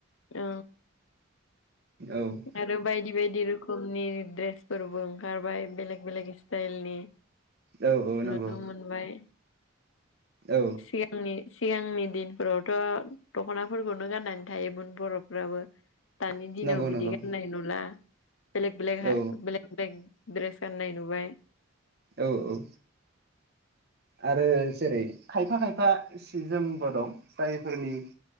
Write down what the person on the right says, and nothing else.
औ
औ नंगौ
औ
नंगौ
नंगौ
औ
औ औ आरो जेरै खायफा खायफा सि जोमबो दं जायफोरनि